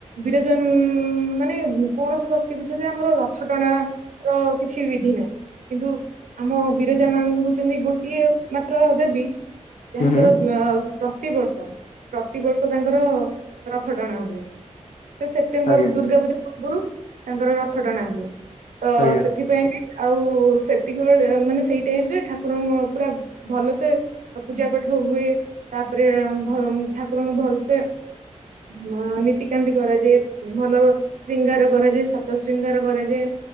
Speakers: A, on the right (about 85°); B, on the left (about 85°).
A: ବିରଜା ଉଁ ମାନେ କୌଣସି ଶକ୍ ତି ପୀଠରେ ଆମର ରଥ ଟଣାର କିଛି ବିଧି ନାହିଁ। କିନ୍ତୁ ଆମ ବିରଜା ମାଆ ହଉଛନ୍ତି ଗୋଟିଏ ମାତ୍ର ଦେବୀ ଯାହାଙ୍କର
B: ହୁଁ ହୁଁ
A: ବ୍ୟ ପ୍ର ତିବର୍ଷ ପ୍ରତିବର୍ଷ ତାଙ୍କର ରଥ ଟଣା ହୁଏ। ସେ ସେ ସେପ୍ଟେମ୍ବର
B: ଆଜ୍ଞା
A: ଦୁର୍ଗା ପୂଜା ପୂର୍ବରୁ ତାଙ୍କର ରଥ ଟଣା ହୁଏ। ତ
B: ଆଜ୍ଞା
A: ସେଥିପାଇଁ ଆଉ ସେତିକିବେଳେ ମାନେ ସେଇ ଟାଇମ ରେ ଠାକୁରଙ୍କ ପୁରା ଭଲସେ ପୂଜାପାଠ ଠ ହୁଏ ତାପରେ ଭମ୍ ଠାକୁରଙ୍କୁ ଭଲସେ ମା ନୀତିକାନ୍ତି କରାଯାଏ। ଭଲ ଶ୍ରୀଙ୍ଗାର କରାଯାଏ। ସାତ ଶ୍ରୀଙ୍ଗାର କରାଯାଏ।